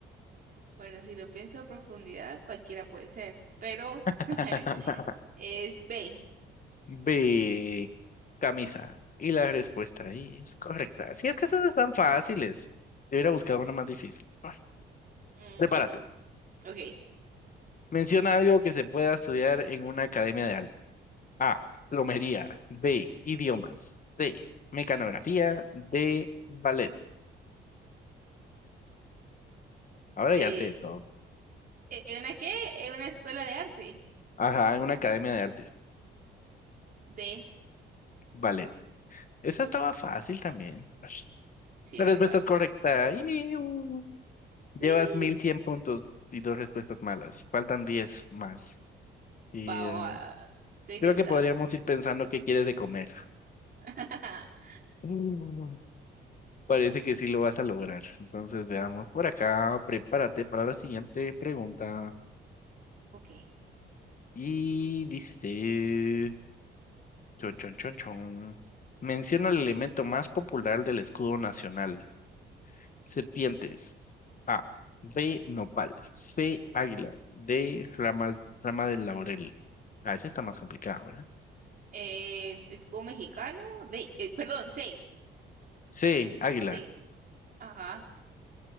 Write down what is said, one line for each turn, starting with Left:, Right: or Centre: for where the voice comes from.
Right: Bueno, si lo pienso a profundidad, cualquiera puede ser, pero
Left: <laughs>
Right: <laughs> es B.
Left: B, camisa. Y la respuesta ahí es correcta. Si es que estas están fáciles. Debería buscar una más difícil. Ah,
Right: Mm,
Left: Prepárate.
Right: ok.
Left: Menciona algo que se pueda estudiar en una academia de arte. A, plomería. B, idiomas. C, mecanografía. D, ballet. Ahora
Right: Eh,
Left: ya arte de todo.
Right: ¿eh, ¿una qué? ¿Eh, ¿Una escuela de arte?
Left: Ajá, en una academia de arte.
Right: D.
Left: Ballet. Esa estaba fácil también.
Right: Sí,
Left: La
Right: ¿verdad?
Left: respuesta es correcta. ¡Iu! Llevas
Right: Uy.
Left: 1100 puntos y dos respuestas malas. Faltan 10 más. Y
Right: Va, va,
Left: eh,
Right: va. Estoy
Left: creo
Right: lista.
Left: que podríamos ir pensando qué quieres de comer.
Right: <laughs>
Left: Mm, Parece que sí lo vas a lograr. Entonces veamos por acá. Prepárate para la siguiente pregunta.
Right: Ok.
Left: Y dice... Chon, chon, chon, chon. Menciona el elemento más popular del escudo nacional. Serpientes. A. B. Nopal. C. Águila. D. Rama, rama del laurel. Ah, esa está más complicada, ¿verdad?
Right: Eh, escudo mexicano de, eh, perdón, C,
Left: C. Águila.
Right: C. Ajá.